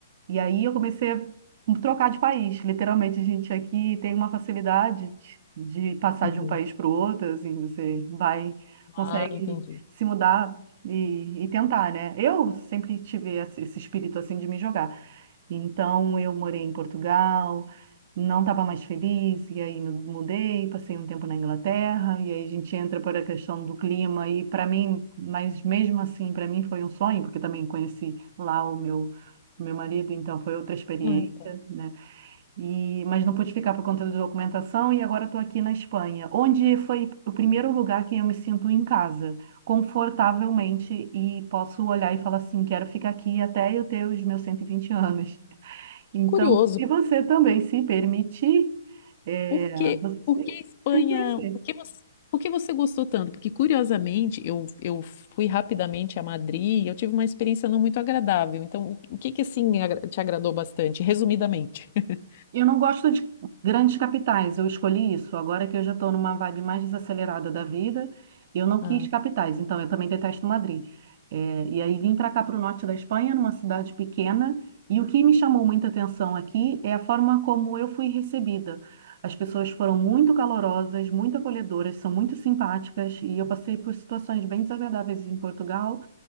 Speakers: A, on the right; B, on the left.
A: E aí eu comecei a trocar de país. Literalmente, a gente aqui tem uma facilidade de passar
B: Uhum.
A: de um país para o outro, assim, você vai, consegue
B: Ah, entendi.
A: se mudar e, e tentar, né? Eu sempre tive esse esse espírito, assim, de me jogar. Então eu morei em Portugal, não estava mais feliz, e aí me mudei, passei um tempo na Inglaterra, e aí a gente entra para a questão do clima, e para mim, mas mesmo assim, para mim foi um sonho, porque também conheci lá o meu. o Meu marido, então, foi outra experiência,
B: <laughs> Ah, tá.
A: né? E, mas não pude ficar por conta da documentação e agora estou aqui na Espanha, onde foi o primeiro lugar que eu me sinto em casa, confortavelmente, e posso olhar e falar assim, quero ficar aqui até eu ter os meus 120 anos. Então,
B: Curioso,
A: se você também se permitir, é,
B: Por que,
A: você
B: por que Espanha?
A: tem que conhecer.
B: Por que você, por que você gostou tanto? Porque, curiosamente, eu, eu fui rapidamente a Madrid e eu tive uma experiência não muito agradável. Então, o, o que que, assim, agra- te agradou bastante, resumidamente? <laughs>
A: Eu não gosto de grandes capitais, eu escolhi isso. Agora que eu já estou numa vibe mais desacelerada da vida, eu não quis
B: Ah,
A: capitais, então eu também detesto Madrid. É, e aí vim para cá, para o norte da Espanha, numa cidade pequena, e o que me chamou muita atenção aqui é a forma como eu fui recebida. As pessoas foram muito calorosas, muito acolhedoras, são muito simpáticas, e eu passei por situações bem desagradáveis em Portugal